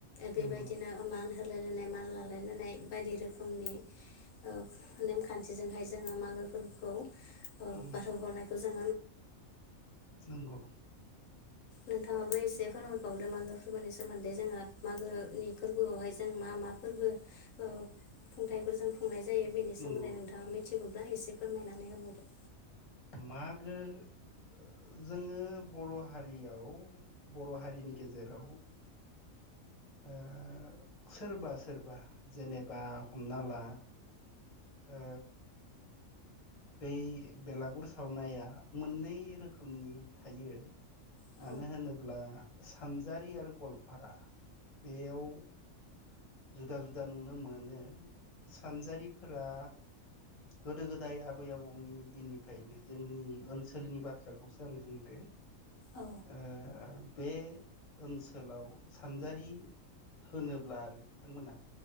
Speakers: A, on the left; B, on the left.
A: बेबायदिनो
B: नंगौ
A: मान होलायलायनाय मान लालाय लानाय बायदि रोखोमनि ओ नेमखान्थिजोंहाय जोङो मा गो फोरबोखौ ओ
B: उम
A: बारहो हरनायखौ जों
B: नंगौ
A: नोंथाङाबो एसे फोरमायबावदो मागो फोरबोनि सोमोन्दै जोङो मागोनि फोरबोआवहाय जों मा मा फोरबो ओ खुंथायफोर जों खुंनाय जायो बेनि
B: नंगौ
A: सोमोन्दै नोंथाङा मिथिगौब्ला एसे फोरमायनानै होबावदो।
B: मागो ओ जोङो बर' हारियाव बर' हारिनि गेजेराव ओ सोरबा-सोरबा जेनेबा हमना ला ओ बै बेलागुर सावनाया मोननै रोखोमनि थायो
A: औ
B: मानो होनोब्ला सानजारि आरो गवालपारा बेयाव जुदा-जुदा नुनो मोनो सानजारिफोरा गोदो गोदाय आबै आबौनि दिननिफ्रायनो जोंनि ओनसोलनि बाथ्राखौसो आं बुंदो
A: औ
B: ओ बे ओनसोलाव सानजारि होनोब्ला आरो बिथांमोना